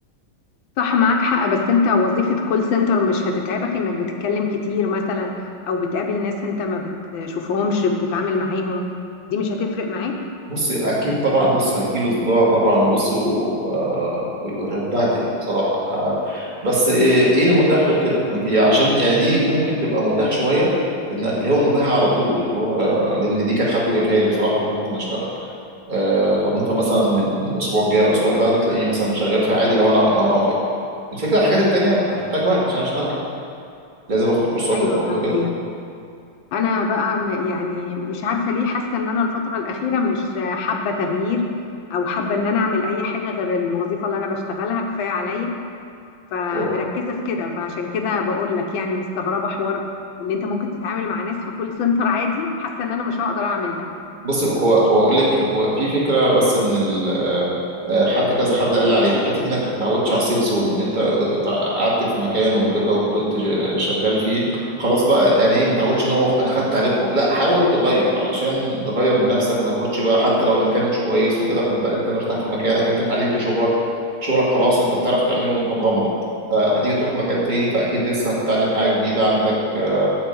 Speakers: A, on the left; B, on the right.
A: صح معاك حق بس انت وظيفة كول سنتر مش هتتعبك انك بتتكلم كتير مثلا او بتقابل ناس انت ما بتشوفهمش بتتعامل معاهم دي مش هتفرق معاك
B: بصي اكيد طبعا بص هيجيله صداع طبعا وبصي و- آه، و- وهتبهدل بصراحه ه- بس ايه ايه المتاح غير كده ما انت عشان يعني دي ممكن تبقى متاح شويه إن اللي هو المتاح على طول اللي هو لان دي كان حد جابها لي بصراحه اللي هو ممكن اشتغل آه، فممكن مثلا من الاسبوع الجاي او الاسبوع اللي بعده تلاقيني مثلا شغال فيها عادي لو انا لو انا وافقت الفكره الحاجات التانيه هتحتاج وقت عشان اشتغل لازم اخد كورسات
A: ايوه
B: الاول
A: فاهمه
B: وكده
A: انا بقى م- يعني مش عارفة ليه حاسة ان انا الفترة الأخيرة مش حابة تغيير او حابة ان انا اعمل اي حاجة غير الوظيفة اللي انا بشتغلها كفاية عليا فمركزة
B: هو
A: في كده فعشان كده بقول لك يعني مستغربة حوار ان انت ممكن تتعامل مع ناس في كول سنتر عادي حاسة ان انا مش هقدر اعمل ده
B: بصي هو هو اقول لك هو في فكره بس ان ال آه، آه، حد كذا حد قال لي عليها حته انك ما تتعودش على السيف زون ان انت آه، تع- قعدت في مكان وكده وفضلت ج- شغال فيه خلاص بقى يعني ايه ما تعودش ان هو انا خدت عليه خلاص لا حاول تغير علشان تغير من نفسك ما تاخدش بقى حتى لو المكان مش كويس وكده فانت انت مرتاح في مكانك انت اتعلمت شغلك شغلك خلاص انت بتعرف تعمله وانت مغمض فهتيجي تروح مكان تاني فاكيد لسه هتتعلم حاجه جديده عندك آه،